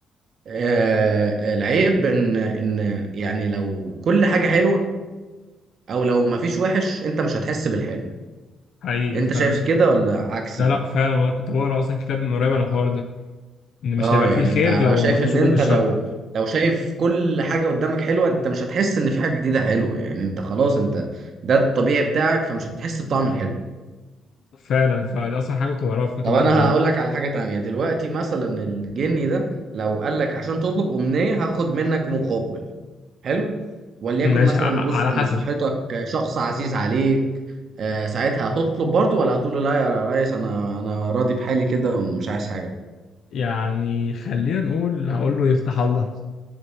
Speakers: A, on the right; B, on the left.
A: آه، العيب ان ان يعني لو كل حاجة حلوة او لو ما فيش وحش انت مش هتحس بالحلو
B: حقيقي
A: انت
B: فعلا
A: شايف كده ولا عكسي
B: لا لا فعلا والله كنت بقرا اصلا كتاب من قريب على الحوار ده ان مش
A: اه
B: هيبقى فيه
A: يعني
B: خير
A: انت انا
B: لو
A: شايف
B: ما فيش
A: ان
B: وجود
A: انت
B: للشر
A: لو لو شايف كل حاجة قدامك حلوة انت مش هتحس ان في حاجة جديدة حلوة يعني انت خلاص انت ده الطبيعي بتاعك فمش هتحس بطعم الحلو
B: فعلا فدي اصلا حاجه كنت بقراها في كتب
A: طب
B: من
A: انا
B: قريب
A: هقول لك على حاجة تانية دلوقتي مثلا الجني ده لو قال لك عشان تطلب أمنية هاخد منك مقابل حلو وليكن
B: ماشي
A: مثلا
B: ع- ع-
A: جزء
B: على حسب
A: من صحتك شخص عزيز عليك آه، ساعتها هتطلب برضو ولا هتقول له لا يا ريس انا انا راضي بحالي كده ومش عايز حاجه
B: يعني خلينا نقول هقول له يفتح الله